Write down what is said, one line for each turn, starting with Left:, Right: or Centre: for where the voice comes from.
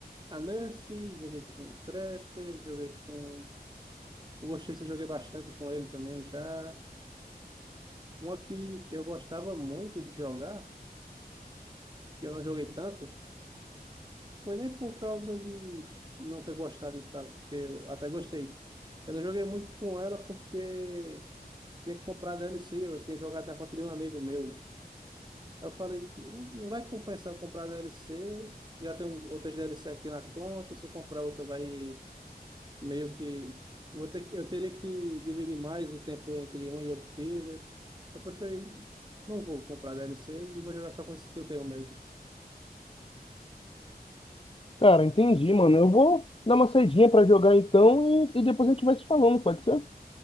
Right: a Nurse, joguei com o Trapper, joguei com. O Oxês eu joguei bastante com ele também já. Uma que eu gostava muito de jogar, que eu não joguei tanto. Foi nem por causa de não ter gostado de tal, porque eu até gostei. Eu não joguei muito com ela porque tinha que comprar DLC, eu tinha jogado na conta de um amigo meu. Aí Eu falei, não não vai compensar eu comprar DLC, já tem outras DLC aqui na conta, se eu comprar outra vai meio que... Vou ter que- eu teria que dividir mais o tempo entre um e outro killer. Eu preferi, não vou comprar DLC e vou jogar só com esses que eu tenho mesmo.
Left: Cara, entendi, mano. Eu vou dar uma saidinha pra jogar então e, e depois a gente vai se falando, pode ser?